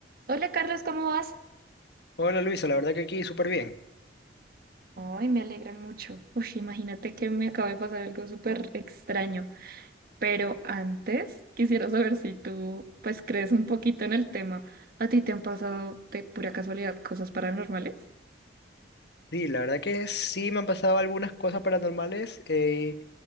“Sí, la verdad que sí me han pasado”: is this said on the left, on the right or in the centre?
Left